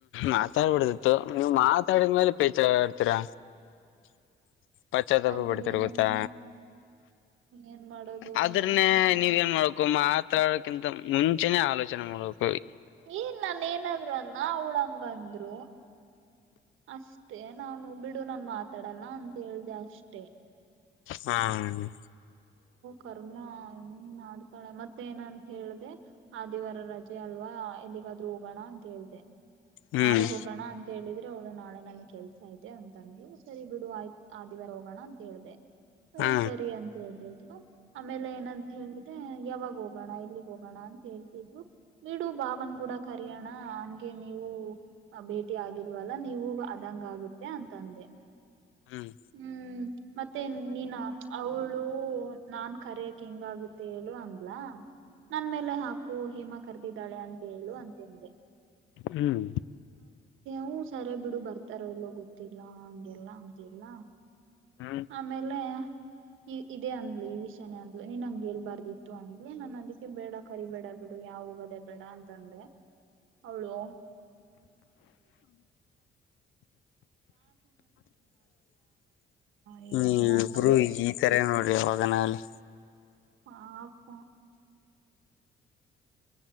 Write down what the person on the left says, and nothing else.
ಮಾತಾಡಬಾರದರಿ ತು ನೀವ್ ಮಾತಾಡಿದ್ಮೇಲೆ ಬೇಜಾರಾಯಿತರಿ, <unintelligible> ಪಶ್ಚಾತ್ಪ
ಪಡ್ತಿರ್ ಗೊತ್ತಾ
ಅದ್ರನ್ನೇ
ನೀವ್ ಏನ್ ಮಾಡಬೇಕು. ಕು ಮಾತಾಡೋಕಿಂತ ಮುಂಚೆ ಆಲೋಚನೆ ಮಾಡಬೇಕು.
ಹಾ ಹ್ಮ
ಹ್ಮ್
ಹಾ
ಹ್ಮ್
ಹ್ಮ್
ಹ್ಮ್
ನೀವು ಇಬ್ರು
ಈ ತರ ನೋಡ್ರಿ ಅವಾಗ ನಾವಲ್ಲಿ